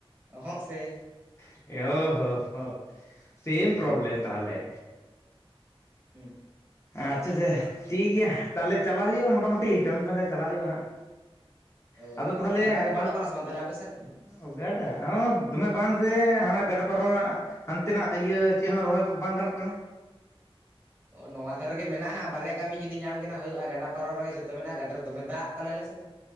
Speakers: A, on the right; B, on the left.
A: ᱚᱸᱦᱚᱜ ᱥᱮ ᱾
B: <inaudible> ᱦᱚ ᱦᱚ ᱥᱮᱢ ᱯᱨᱳᱵᱞᱮᱢ ᱛᱟᱦᱚᱞᱮ ᱾
A: <unintelligible>
B: ᱟᱪᱪᱷᱟ ᱪᱷᱟ ᱴᱷᱤᱠ ᱜᱮᱭᱟ ᱛᱟᱦᱚᱞᱮ ᱪᱟᱞᱟᱣ ᱦᱩᱭᱩᱜᱼᱟ ᱢᱚᱴᱟᱢᱩᱴᱤ ᱠᱟᱹᱢᱤᱱ ᱯᱟᱸᱡᱟ ᱪᱟᱞᱟᱣ ᱦᱩᱭᱩᱜᱼᱟ ᱦᱟᱸᱜ,
A: ᱦᱳᱭ
B: ᱟᱫᱚ ᱛᱟᱦᱚᱞᱮ
A: ᱜᱟᱰᱟ ᱠᱚ ᱵᱟᱱᱚᱜ ᱠᱟᱱᱟ ᱥᱮ ᱵᱟᱝ ᱛᱟᱦᱚᱞᱮ ᱟᱯᱮ ᱥᱮᱫ?
B: ᱚ ᱜᱟᱰᱟ ᱦᱚᱻ ᱫᱚᱢᱮ ᱵᱟᱱ ᱥᱮ ᱦᱟᱱᱮ ᱜᱟᱰᱟ ᱯᱟᱨᱚᱢ <unintelligible> ᱦᱟᱱᱛᱮ ᱱᱟᱜ ᱤᱭᱟᱹ ᱪᱮᱫ ᱦᱚᱸ ᱨᱚᱦᱚᱭ ᱵᱟᱝ ᱜᱟᱱᱚᱜ ᱠᱟᱱᱟ᱾
A: ᱚ ᱱᱚᱣᱟ ᱫᱷᱟᱨᱮ ᱜᱮ ᱢᱮᱱᱟᱜᱼᱟ ᱦᱟᱸᱜ ᱵᱟᱨᱭᱟ ᱠᱟᱹᱢᱤ ᱡᱩᱫᱤ ᱧᱟᱢ ᱜᱮ ᱱᱟ ᱦᱩᱭᱩᱜᱼᱟ ᱜᱟᱰᱟ ᱯᱟᱨᱚᱢ ᱨᱮᱜᱮ ᱡᱷᱚᱛᱚ ᱢᱮᱱᱟᱜᱼᱟ, ᱜᱟᱰᱟ ᱨᱮ ᱫᱚᱢᱮ ᱫᱟᱜ ᱛᱟᱞᱮ ᱟᱞᱮ ᱥᱮᱫ,